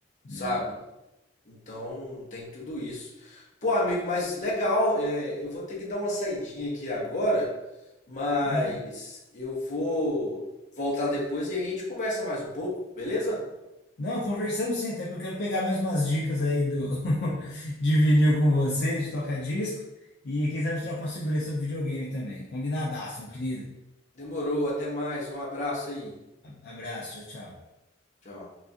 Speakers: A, on the left; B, on the left.
A: Sabe?
B: Não.
A: Então, tem tudo isso. Pô, amigo, mas legal, é, eu vou ter que dar uma saidinha aqui agora, mas
B: Hum.
A: eu vou voltar depois e a gente conversa mais um pouco, beleza?
B: Não, conversamos sim, até porque eu quero pegar mais umas dicas aí do <laughs> de vinil com você, de toca-disco. E quem sabe troca uma figurinha sobre videogame também. Combinadaço, meu querido.
A: Demorou, até mais, um abraço aí.
B: A- Abraço, tchau, tchau.
A: Tchau.